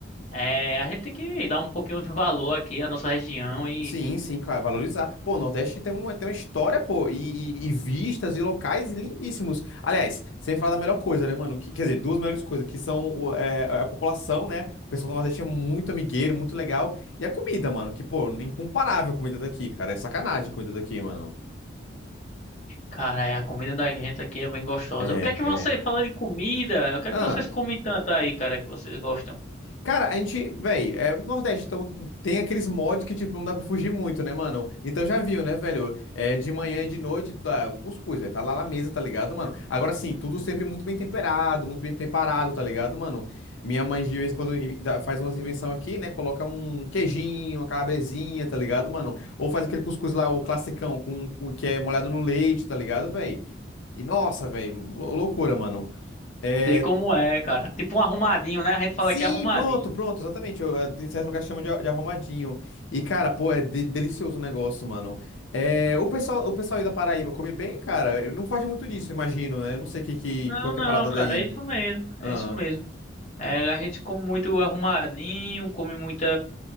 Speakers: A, on the left (about 35°); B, on the left (about 80°).
A: é, a gente tem que dar um pouquinho de valor aqui à nossa região e,
B: Sim, sim, claro, valorizar. Pô, o Nordeste tem uma, tem uma história, pô, e, e- e vistas e locais lindíssimos. Aliás, sem falar da melhor coisa, né, mano? Que- quer dizer, duas melhores coisas, que são o- é, é, a população, né? O pessoal do Nordeste é muito amigueiro, muito legal. E a comida, mano, que, pô, incomparável a comida daqui, cara. É sacanagem a comida daqui, mano.
A: cara, é, a comida da gente aqui é bem gostosa.
B: É,
A: O que é que
B: é.
A: vocês, falando em comida, o que é
B: Ah.
A: que vocês comem tanto aí, cara, que vocês gostam?
B: Cara, a gente, velho, é Nordeste, então tem aqueles mods que, tipo, não dá pra fugir muito, né, mano? Então já viu, né, velho? É, de manhã e de noite, tá, o cuscuz, velho, tá lá na mesa, tá ligado, mano? Agora sim, tudo sempre muito bem temperado, muito bem preparado, tá ligado, mano? Minha mãe, de vez em quando, i- dá- faz umas invenções aqui, né? Coloca um queijinho, uma calabresinha, tá ligado, mano? Ou faz aquele cuscuz lá, o classicão, com, com- que é molhado no leite, tá ligado, velho? E nossa, velho, loucura, mano. É,
A: Sei como é, cara. Tipo um arrumadinho, né? A gente fala
B: Sim,
A: que é arrumadinho.
B: pronto, pronto, exatamente. Eu, eh, em certo lugar chama de, a- de arrumadinho. E, cara, pô, é de- delicioso o negócio, mano. É, o pessoal, o pessoal aí da Paraíba come bem, cara. Eu Não foge muito disso, imagino, né? Eu Não sei que, que,
A: Não,
B: qual que
A: não,
B: é a parada
A: cara,
B: daí.
A: é isso mesmo,
B: Ah,
A: é isso mesmo. É, a gente come muito arrumadinho, come muita.